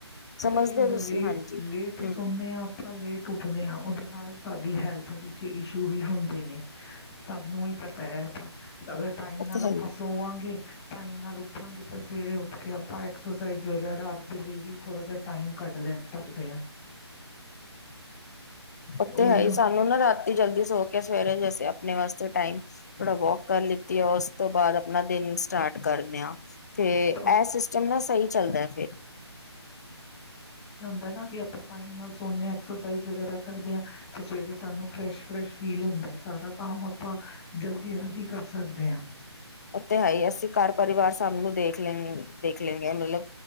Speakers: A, on the left; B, on the left.
A: ਪਤਾ
B: ਸਮਝਦੇ
A: ਕੀ ਹੁੰਦਾ
B: ਹੋ ਤੁਸੀਂ
A: ਲੇਟ
B: ਹਾਂਜੀ
A: ਲੇਟ
B: ਹੂੰ
A: ਸੁਣੇਆ, ਆਪਾਂ ਲੇਟ ਉਠਦੇ ਹਾਂ ਉਹਦੇ ਨਾਲ ਸਾਡੀ ਹੈਲਥ ਵਿੱਚ ਇਸ਼ੂ ਵੀ ਹੁੰਦੇ ਨੇ। ਸਭ ਨੂੰ ਹੀ ਪਤਾ ਹੈ ਐਹ ਤਾਂ <unintelligible> ਅਗਰ ਟਾਈਮ
B: ਉਹ
A: ਨਾਲ
B: ਤਾਂ
A: ਆਪਾਂ
B: ਹੈ ਹੀ।
A: ਸੋਵਾਂਗੇ ਟਾਈਮ ਨਾਲ ਉੱਠਾਂਗੇ ਤਾਂ ਸਵੇਰੇ ਉੱਠ ਕੇ ਆਪਾਂ ਐਕਸਰਸਾਈਜ਼ ਵਗੈਰਾ ਰਾਤ ਦੇ ਲਈ ਵੀ ਥੋੜ੍ਹਾ ਜਿਹਾ ਟਾਈਮ ਕੱਢ ਲੈ ਸਕਦੇ ਆ।
B: ਓ
A: ਉਹੀ
B: ਤੇ ਹੈ ਹੀ
A: ਹੁਣ
B: ਸਾਨੂੰ ਨਾ ਰਾਤੀ ਜਲਦੀ ਸੋ ਸਵੇਰੇ ਜ ਅਸੀਂ ਆਪਣੇ ਵਾਸਤੇ ਟਾਈਮ ਥੋੜਾ ਵੋਕ ਕਰ ਲਿੱਤੀ ਆ ਉਸ ਤੋਂ ਬਾਅਦ ਆਪਣਾ ਦਿਨ ਸਟਾਰਟ ਕਰਦੇਆਂ। ਤੇ
A: ਤਾਂ
B: ਐਹ ਸਿਸਟਮ ਨਾ ਸਹੀ ਚੱਲਦਾ ਫਿਰ।
A: ਹਨ ਕਿ ਆਪਾਂ ਟੈਮ ਨਾਲ ਸੋਣੇ ਆਂ ਐਕਸਰਸਾਈਜ਼ ਵਗੈਰਾ ਕਰਦੇ ਹਾਂ ਤੇ ਸਵੇਰੇ ਸਾਨੂੰ ਫਰੈਸ਼- ਫਰੈਸ਼ ਫੀਲ ਹੁੰਦਾ ਸਾਰਾ ਕੰਮ ਆਪਾਂ ਜਲਦੀ- ਜਲਦੀ ਕਰ ਸਕਦੇ ਹਾਂ।
B: ਉਥੇ ਹੈ ਹੀ ਅਸੀਂ ਘਰ ਪਰਿਵਾਰ ਸਭ ਨੂੰ ਦੇਖ ਲ ਦੇਖ ਲੈਂਗੇ ਮਤਲਬ